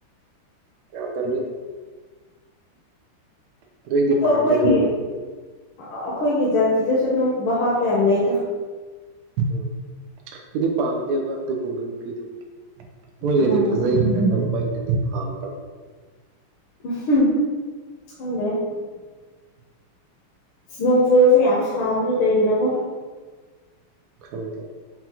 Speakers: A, on the right; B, on the left.
A: ꯌꯥꯗꯅꯤ ꯑꯗꯨꯏꯗꯤ
B: ꯑꯣ
A: ꯄꯥꯝꯗꯦ
B: ꯑꯩꯈꯣꯏꯒꯤ
A: ꯑꯗꯨꯝ
B: ꯑꯩꯈꯣꯏꯒꯤ ꯖꯥꯇꯤꯗꯨꯁꯨ ꯑꯗꯨꯝ ꯥꯞ ꯌꯥꯝ ꯅꯗ
A: ꯎꯝ ꯏꯗꯤ ꯄꯥꯝꯗꯦꯕ ꯑꯗꯨꯒꯨꯝꯕ ꯅꯨꯄꯤꯗꯨ ꯃꯣꯏꯅꯗꯤ
B: ꯎꯝ
A: ꯐꯖꯩ ꯍꯥꯏꯅ ꯇꯧꯕ ꯑꯩꯅꯗꯤ ꯄꯥꯝꯗꯕ
B: ꯎꯝ ꯐꯗ꯭ꯔꯦ ꯅꯣꯡ ꯆꯨꯔꯁꯨ ꯌꯥꯝ ꯁꯥꯕꯗꯨꯣ ꯀꯩꯒꯤꯅꯣꯀꯣ
A: ꯈꯪꯗꯦ